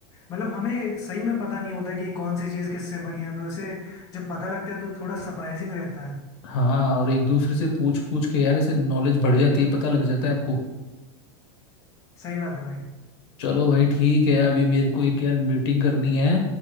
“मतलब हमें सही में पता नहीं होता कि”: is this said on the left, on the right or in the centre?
Left